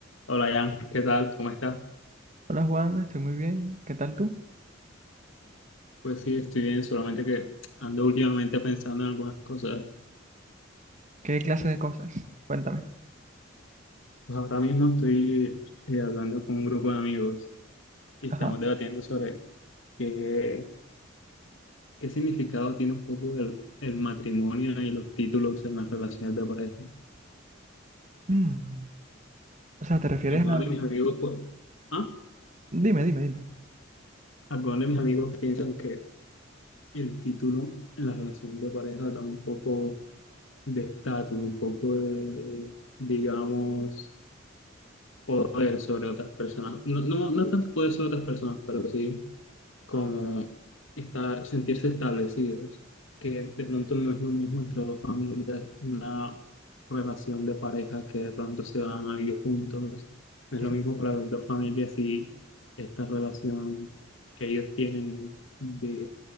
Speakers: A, on the left; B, on the right.
A: Hola Jan, ¿qué tal? ¿Cómo estás?
B: Hola Juan, estoy muy bien. ¿Qué tal tú?
A: Pues sí, estoy bien, solamente que ando últimamente pensando en algunas cosas.
B: ¿Qué clase de cosas? Cuéntame.
A: Pues ahora mismo estoy eh, hablando con un grupo de amigos y
B: Ajá.
A: estamos debatiendo sobre qué, qué significado tiene un poco el, el matrimonio y los títulos en las relaciones de pareja.
B: Mm, O sea, ¿te refieres
A: Algunos
B: a...?
A: de mis amigos, pues, ¿ah?
B: Dime, dime, dime.
A: Algunos de mis amigos piensan que el título en la relación de pareja da un poco de estatus, un poco de, digamos, poder sobre otras personas. No, no, no tanto poder sobre otras personas, pero sí como estar, sentirse establecidos, que de pronto no es lo mismo entre dos familias, una relación de pareja que de pronto se van a vivir juntos. No es
B: Ujú.
A: lo mismo para las dos familias si esta relación que ellos tienen de